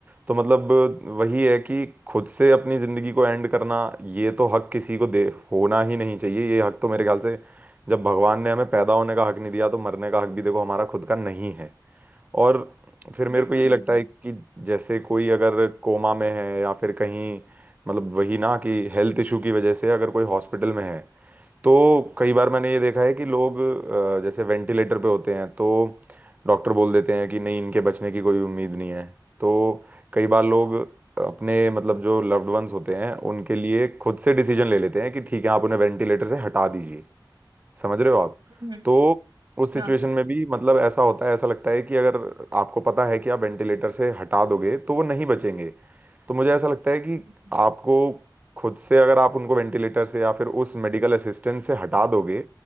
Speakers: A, on the right (about 20°); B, on the right (about 85°).
A: तो मतलब वही है कि खुद से अपनी जिंदगी को एंड करना ये तो हक किसी को दे होना ही नहीं चाहिए ये हक तो मेरे ख्याल से जब भगवान ने हमें पैदा होने का हक नहीं दिया तो मरने का हक भी देखो हमारा खुद का नहीं है और फिर मेरे
B: बिल्कुल
A: को यही लगता
B: बिल्कुल
A: है कि जैसे कोई अगर कोमा में है या फिर कहीं मतलब वही ना कि हेल्थ इशू की वजह से अगर कोई हॉस्पिटल में है तो कई बार मैंने ये देखा है कि लोग अ, जैसे वेंटिलेटर पे होते हैं तो डॉक्टर बोल देते हैं कि नहीं इनके बचने की कोई उम्मीद नहीं है तो कई बार लोग अपने मतलब जो लव्ड वंस होते हैं उनके लिए खुद से डिसीजन ले लेते हैं कि ठीक है आप उन्हें वेंटिलेटर से हटा दीजिए समझ रहे हो आप
B: हम्म हम्म,
A: तो उस सिचुएशन
B: हाँ
A: में भी मतलब ऐसा होता है ऐसा लगता है कि अगर आपको पता है कि आप वेंटिलेटर से हटा दोगे तो वो नहीं बचेंगे तो मुझे ऐसा लगता है कि
B: बिल्कुल
A: आपको खुद से अगर आप उनको वेंटिलेटर से या फिर उस मेडिकल असिस्टेंस से हटा दोगे